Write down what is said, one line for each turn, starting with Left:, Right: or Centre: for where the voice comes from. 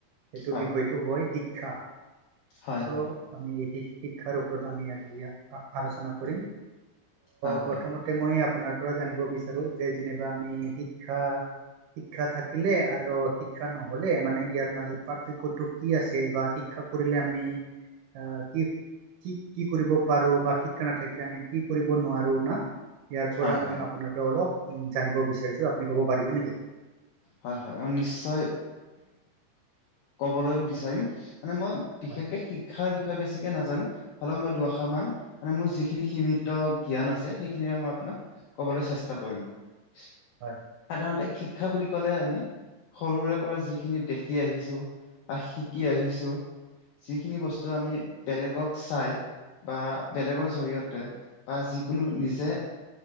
Right: সেইটো
Left: হয়,
Right: বিষয়টো হয় শিক্ষা ত'
Left: হয়, হয়,
Right: আমি শিক্ষাৰ ওপৰত আমি আজি আলোচনা কৰি
Left: হয়,
Right: প্ৰথমই
Left: হয়,
Right: আপোনাৰ পৰা জানিব বিচাৰো যে যেনিবা আমি শিক্ষা শিক্ষা থাকিলে আৰু শিক্ষা নহলে মানে ইয়াৰ মাজত পাৰ্থক্য়তটো কি আছে বা শিক্ষা কৰিলে আমি আহ কি কি কি কৰিব পাৰো বা শিক্ষা নাথাকিলে আমি কি কৰিব নোৱাৰো না ইয়াৰ পৰা
Left: হয়,
Right: মই
Left: হয়,
Right: আপোনাৰ পৰা অলপ উ জানিব বিচাৰিছো আপুনি ক'ব পাৰিব নেকি
Left: হয় হয় মই নিশ্চয় কবলৈ বিচাৰিম মানে মই বিশেষকে
Right: হয়
Left: শিক্ষাৰ বিষয়ে বেছিকে নাজানো হ'লে মই দুআশ মান মানে মোৰ যিখিনি সীমিত জ্ঞান আছে সেইখিনিৰে মই আপোনাক কবলৈ চেষ্টা কৰিম সাধাৰণতে
Right: হয়
Left: শিক্ষা বুলি কলে আমি সৰুৰে পৰা যিখিনি দেখি আহিছো বা শিকি আহিছো যিখিনি বস্তু আমি বেলেগক চাই বা বেলেগৰ জৰিয়তে বা যিকোনো নিজে